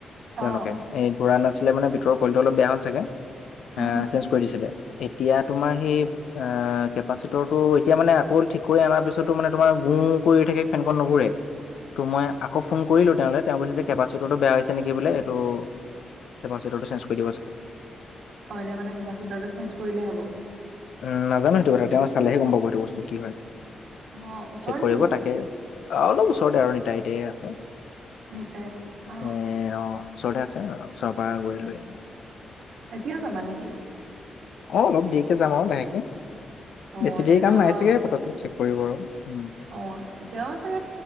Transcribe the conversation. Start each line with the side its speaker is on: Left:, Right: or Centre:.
Left: তেওঁলোকে
Right: অ'
Left: এই ঘোৰা নাছিলে মানে ভিতৰৰ কইলটো অলপ বেয়া হল চাগে এ
Right: উম।
Left: চেন্স। কৰি দিছিলে এতিয়া তোমাৰ সেই অ কেপাচিটৰটো এতিয়া মানে আকৌ ঠিক কৰি অনাৰ পিছতো মানে তোমাৰ গোঁ কৰি থাকে।
Right: <unintelligible>
Left: ফেনখন নুঘূৰে ত' মই আকৌ ফোন কৰিলো তেওঁলে তেওঁ কৈছে যে কেপাচিটাৰটো বেয়া হৈছে নেকি বোলে এইটো। কেপাচিটটো চেন্স কৰি দিবা।
Right: অ এতিয়া মানে কেপাচিটাৰটো চেন্স কৰিলেই হ'ব।
Left: উম নাজানো সেইটো কথা তেওঁ চালেহে গম পাব সেইটো বস্তু কি হয়
Right: অ' ওচৰত
Left: চেক কৰিব
Right: নেকি
Left: তাকে। অ অলপ ওচৰতে আৰুতাইতে আছে।
Right: মিটাইছে অ।
Left: এ অ ওচৰতে আছে ওচৰ পৰা গৈ লৈ আনিম।
Right: এতিয়াও যাবা নেকি?
Left: অ অলপ দেৰিকে যাম আৰু লাহেকে
Right: অ
Left: বেছি
Right: এতিয়াতো
Left: দেৰি কাম নাই
Right: আও
Left: চাগে পতকে চেক কৰিব আৰু উম
Right: অ এতিয়াও চাগে